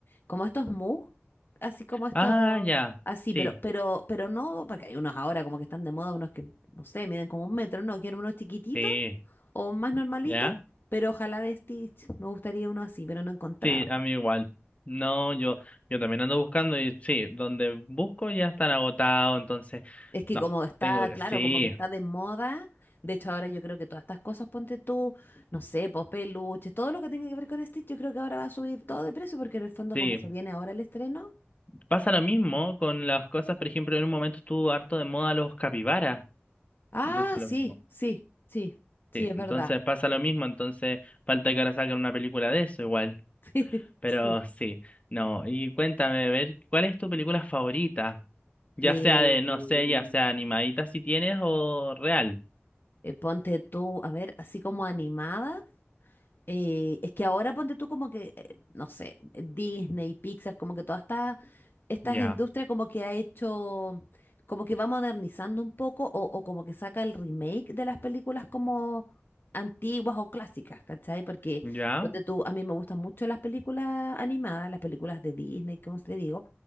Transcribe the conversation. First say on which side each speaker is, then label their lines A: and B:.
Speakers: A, on the left (about 55°); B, on the left (about 30°).
A: como estos mugs así como estos,
B: Ah, ya,
A: así, pero,
B: sí,
A: pero, pero no, porque hay unos ahora como que están de moda, unos que, no sé, miden como un metro, no, quiero unos chiquititos
B: sí,
A: o más normalitos,
B: ¿ya?
A: pero ojalá de Stitch, me gustaría uno así, pero no he encontrado.
B: Sí, a mí igual. No, yo, yo también ando buscando y sí, donde busco ya están agotados, entonces,
A: Es que
B: no,
A: como está,
B: tengo que,
A: claro,
B: sí.
A: como que está de moda, de hecho ahora yo creo que todas estas cosas, ponte tú, no sé, pues peluches, todo lo que tenga que ver con Stitch, yo creo que ahora va a subir todo de precio porque en el fondo
B: Sí,
A: como se viene ahora el estreno.
B: Pasa lo mismo con las cosas, por ejemplo, en un momento estuvo harto de moda los capibaras.
A: Ah,
B: Entonces lo
A: sí,
B: mismo.
A: sí, sí, sí,
B: Sí,
A: es
B: entonces
A: verdad.
B: pasa lo mismo, entonces falta que ahora saquen una película de eso igual.
A: <laughs> Sí,
B: Pero
A: sí.
B: sí, no. Y cuéntame, a ver, ¿cuál es tu película favorita? Ya
A: Eh,
B: sea de, no sé, ya sea animadita si tienes o real.
A: eh, ponte tú, a ver, así como animada. Eh, es que ahora ponte tú como que, eh, no sé, Disney, Pixar, como que toda esta, esta
B: Ya,
A: industria como que ha hecho, como que va modernizando un poco o, o como que saca el remake de las películas como antiguas o clásicas, ¿cachai? Porque
B: ya.
A: ponte tú, a mí me gustan mucho las películas animadas, las películas de Disney, como te digo,